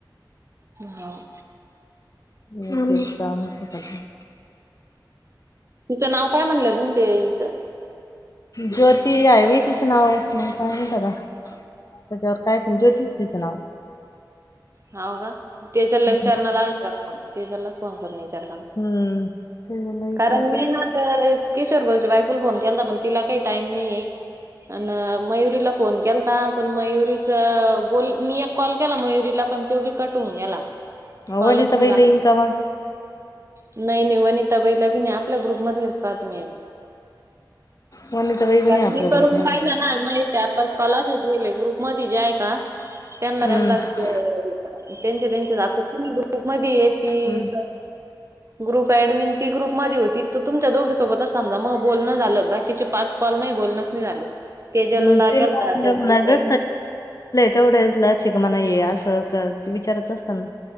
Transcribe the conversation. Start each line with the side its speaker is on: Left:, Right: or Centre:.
Right: होव
Left: सांगू शकत नाही.
Right: तिचं नाव काय म्हणलं गं ते हिचं
Left: ज्योती आहे विही तिचं नाव मग काय माहित आता त्याच्यावर काय पण ज्योती तीच नाव
Right: हो का तेजल ला
Left: हम्म
Right: विचारना लागतं आपण तेज लाच फोन करून विचारता,
Left: हम्म. त्याला विचारत
Right: कारण मी ना किशोर भाऊच्या बायकोला फोन केलता, पण तिला काही टाईम नाही ये आण मयुरीला फोन केलता पण मयुरीच बोल, मी एक कॉल केला मयुरी केला पण तो भी कट होऊन गेला कॉलच
Left: वनिताबाईला
Right: नाही लागत.
Left: येईन का मग?
Right: नाही नाही वनिताबाईला भी नाही आपल्या ग्रुप मधलेच पाहा तुम्ही
Left: वनिताबाई पण
Right: कारण
Left: आहे आपल्या
Right: मी करून
Left: ग्रुपमध्ये.
Right: पहिले ना, पाच कॉल असेच मिळले ग्रुपमध्ये जे आहे का? त्यांना
Left: हम्म.
Right: त्यांनाच त्यांचे त्याचे जातात ग्रुपमध्ये ये ती
Left: हम्म.
Right: ग्रुप ॲडमिन ती ग्रुप मध्ये होती त तुमच्या दोघी सोबतच समजा मग बोलणं झालं. बाकि तीचे पाच कॉलमध्ये बोलनच नाही झाले. तेजलला
Left: <inaudible> मधलं
Right: केलता त्या ग्रुप ऍडमिन
Left: तेवढ्या लचिक मणा ये असं का ते विचारत असतना,